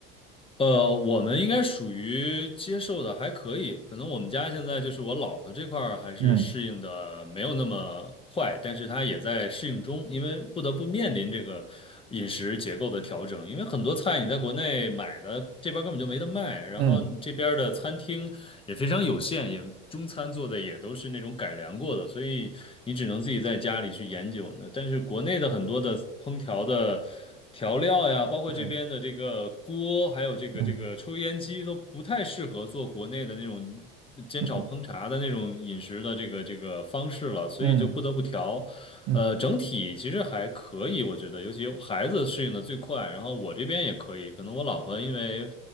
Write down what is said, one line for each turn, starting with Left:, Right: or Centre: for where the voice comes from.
Left: 呃，我们应该属于接受的还可以，可能我们家现在就是我老婆这块儿还是适应的没有那么快，
Right: 嗯
Left: 但是她也在适应中，因为不得不面临这个饮食结构的调整，因为很多菜你在国内买的这边儿根本就没得卖，然后你这边儿的餐厅也非常有限，
Right: 嗯
Left: 也中餐做的也都是那种改良过的，所以你只能自己在家里去研究呢。但是国内的很多的烹调的。调料呀，包括这边的这个锅，
Right: 嗯
Left: 还有这个这个抽烟机，
Right: 嗯
Left: 都不太适合做国内的那种煎炒烹茶的那种饮食的这个这个方式了，
Right: 嗯
Left: 所以就不得不调。
Right: 嗯嗯嗯
Left: 呃，整体其实还可以，我觉得，尤其孩子适应的最快，然后我这边也可以，可能我老婆因为